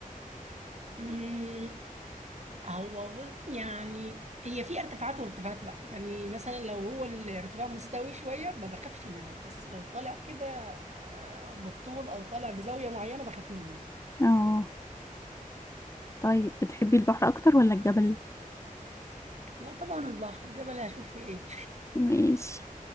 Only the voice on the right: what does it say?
أمم، هو بص- يعني هي في ارتفاعات وارتفاعات لا يعني مثلا لو هو الارتفاع مستوي شوية ما بخافش منه بس لو طالع كده آه، بالطول أو طالع بزاوية معينة بخاف منه
لا طبعا البحر جبل هشوف فيه ايه